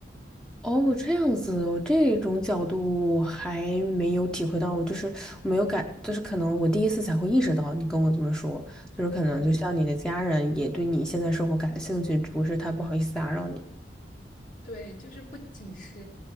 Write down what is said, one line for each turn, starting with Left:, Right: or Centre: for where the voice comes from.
Centre: 哦，这样子，我这种角度我还没有体会到，我就是没有感，就是可能我第一次才会意识到你跟我这么说，就是可能就像你的家人也对你现在生活感兴趣，
Left: 嗯
Centre: 只不过是他不好意思打扰你。
Left: 对，就是不仅是